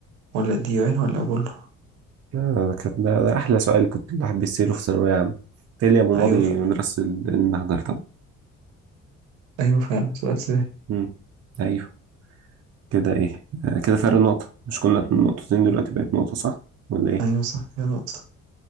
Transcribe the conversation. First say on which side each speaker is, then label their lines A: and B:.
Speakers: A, on the right; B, on the right.
A: ولا الديوان ولا أبولو
B: آه، كانت ده, ده احلى سؤال كنت الواحد بيسأله في ثانوية عامة تالي ابو ماضي
A: أيوة ف...
B: مدرسة ال- المهجر طبعا
A: أيوة فعلا سؤال سهل
B: امم ايوه كده ايه آه، كده فرق نقطة مش كنا نقطتين دلوقتي بقت نقطة صح ولا ايه
A: أيوة صح كده نقطة